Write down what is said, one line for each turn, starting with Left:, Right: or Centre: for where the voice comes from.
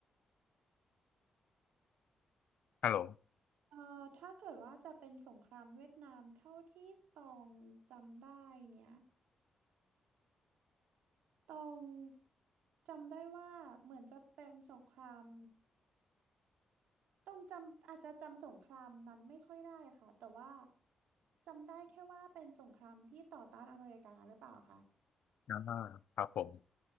Left: ฮัลโหล
Right: เอ่อถ้าเกิดว่าจะเป็นสงครามเวียดนามเท่าที่ตองจำได้เนี่ยตองจำได้ว่าเหมือนจะเป็นสงครามต้องจำอาจจะจำสงครามนั้นไม่ค่อยได้ค่ะแต่ว่าจำได้แค่ว่าเป็นสงครามที่ต่อต้านอเมริกาหรือเปล่าคะ
Left: อ่าครับผม